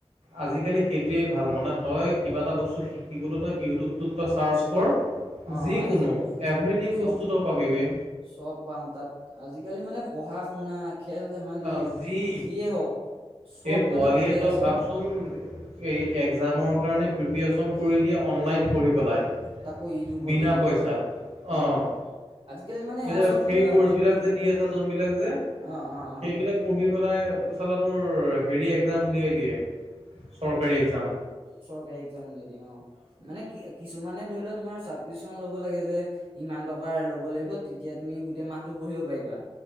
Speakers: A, on the right; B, on the right.
A: আজিকালি সেইটোৱেই ভাল, মানে তই কিবা এটা বস্তু শিকিবলৈ তই ইউটিউবটোত তই ছাৰ্চ কৰ।
B: অ
A: যিকোনো।
B: আহি যাব
A: এভ্ৰিথিং
B: চব
A: বস্তু তই পাবি বে।
B: চব পাম তাত। আজিকালি মানে পঢ়া শুনা খেল ধেমালি
A: আজি
B: যিয়ে হওক চব
A: এই পোৱালিয়ে
B: মানে তাতে
A: তই
B: আছে
A: ভাবচোন। এই এক্জামৰ কাৰণে প্ৰিপিয়চন কৰি দিয়ে, অনলাইন পঢ়ি পেলাই।
B: তাকো ইউটিউবত-
A: বিনা
B: ইউটিউবত,
A: পইচাত
B: উম।
A: অ'
B: আজিকালি মানে সেয়া
A: এই যে
B: চব
A: ফ্ৰি
B: এ
A: কৰ্ছবিলাক
B: হ'লতো
A: যে দি আছে, যোনবিলাক যে,
B: অ অ অ
A: সেইবিলাক পঢ়ি পেলাই চালা তোৰ হেৰি এক্জাম উলিয়াই দিয়ে। চৰকাৰী এক্জাম।
B: চৰকাৰী এক্জাম উলিয়ায় দিয়ে, অ'। মানে কি কিছুমানে ধৰি লও তোমাৰ ছাব্ক্ৰিপশ্যন ল'ব লাগে যে ইমান ট লব লাগ তেতিয়া তুমি গোটেই মাহতটো পঢ়িব পাৰি।